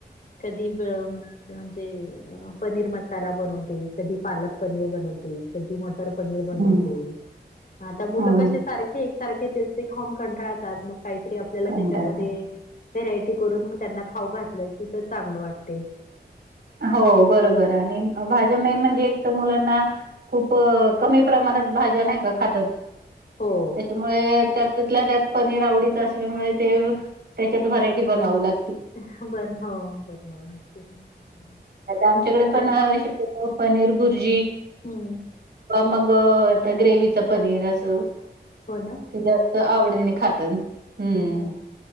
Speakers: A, on the left; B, on the right.
A: कधी ब म्हणजे पनीर मसाला बनवते कधी पालक पनीर बनवते कधी मटर पनीर
B: हम्म
A: बनवते आता मुलं
B: हम्म
A: कसे सारखे एकसारखे ते ख कंटाळतात मग काहीतरी आपल्याला
B: कंटाळ
A: त्याच्यामध्ये. व्हेरायटी करून त्यांना खाऊ घातलं की तर चांगलं वाटते.
B: हो बरोबर आणि भाज्या मेन म्हणजे एक तर मुलांना. खूप कमी प्रमाणात भाज्या नाही का खातात.
A: हो.
B: त्या त त्यात पनीर आवडीच असल्यामुळे ते त्याच्यात व्हरायटी बनव लाग.
A: बर हो बरो बरोबर आहे.
B: आमच्याकडे
A: नाही
B: पण
A: तर
B: शक्य पनीर भुर्जी.
A: हम्म
B: मग आता ग्रेवीच पनीर असं.
A: हो ना
B: ते जास्त आवडीने खातात. हम्म.
A: हो